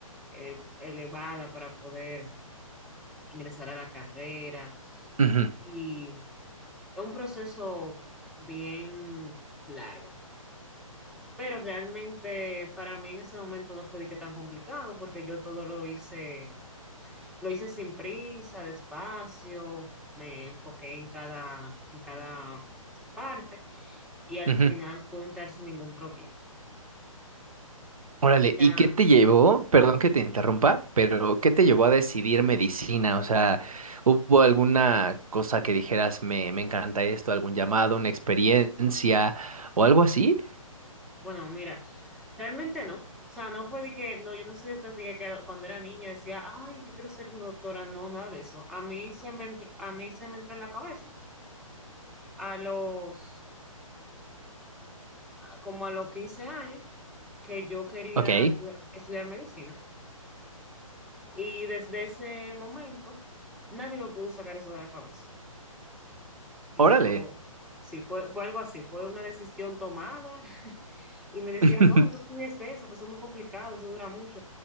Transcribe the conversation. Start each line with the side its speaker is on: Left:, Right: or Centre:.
Centre: eh, elevada para poder ingresar a la carrera
Right: Ujú,
Centre: y es un proceso bien largo. Pero realmente para mí en ese momento no fue de que tan complicado, porque yo todo lo hice, lo hice sin prisa, despacio, me enfoqué en cada, en cada parte y al
Right: ujú.
Centre: final pude entrar sin ningún problema.
Right: Órale,
Centre: Ya,
Right: ¿y qué te llevó? Perdón que te interrumpa, pero ¿qué te llevó a decidir medicina? O sea, ¿hubo alguna cosa que dijeras, me, me encanta esto, algún llamado, una experiencia o algo así?
Centre: bueno, mira, realmente no. O sea, no fue de que, no, yo no soy de estas de que cuando era niña decía, ay, yo quiero ser doctora, no, nada de eso. A mí se me entró, a mí se me entró en la cabeza a los como a los 15 años que yo quería
Right: Ok,
Centre: estudiar estudiar medicina. Y desde ese momento nadie me pudo sacar eso de la cabeza. Y
Right: órale.
Centre: yo, sí, fue, fue algo así, fue una decisión tomada <laughs> y me decían,
Right: <laughs>
Centre: no, no estudies eso, que eso es muy complicado, eso dura mucho.